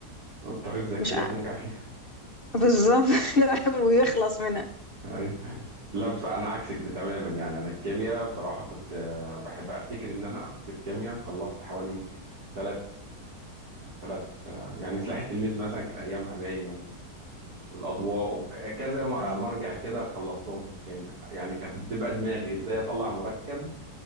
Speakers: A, on the right; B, on the left.
A: اضطريت ذاكريها
B: فمش
A: وتنجح فيها
B: بالظبط <laughs> لا، ويخلص منها
A: ايوه لا بس انا عكسك تماما يعني انا الكيمياء بصراحه كنت آه، بحب افتكر ان انا في الكيمياء خلصت حوالي ثلاث ثلاث يعني سلاح التلميذ مثلا كان ايامها باين وال- والاضواء وكذا م-
B: ايوه
A: مرجع كده خلصتهم في الكيمياء يعني كانت بتبقى دماغي ازاي اطلع مركب